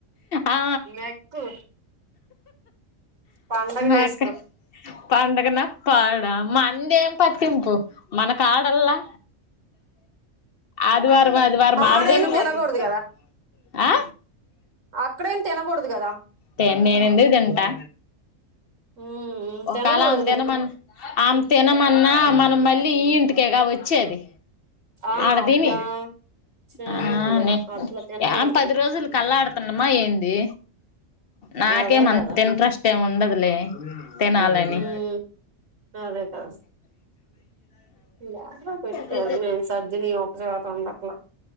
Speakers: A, on the left; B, on the right.
A: ఆ
B: మెక్కు పండగ
A: మేక
B: చేసుకో
A: పండుగ నా పాడా మండే పట్టింపు మనకాడల్లా ఆదివారం ఆదివారం
B: ఆడైనా
A: ఆడే
B: తినకూడదు
A: చేసుకో ఆ
B: అక్కడేం తినకూడదు కదా
A: తే నేను ఎందుకు తింటా
B: ఉమ్
A: ఒకళ
B: తినకూడదులే
A: ఆమె తినమన్నా ఆమె తినమన్నా మనం మళ్ళీ ఈ ఇంటికేగా వచ్చేది
B: ఆ
A: ఆడదిని
B: అట్లా చేయొద్దులే
A: ఆ
B: అట్లా తినకూడదులే
A: ఏం పది రోజులు కళఆడుతున్నామా ఏంది నాకేమంత
B: అదే కదా
A: ఇంట్రెస్ట్ ఏమి ఉండదులే తినాలని
B: ఉమ్ అదే కదా యాడో పెట్టారు
A: అదే
B: నేను సర్దిని ఒక చోట ఉండట్లా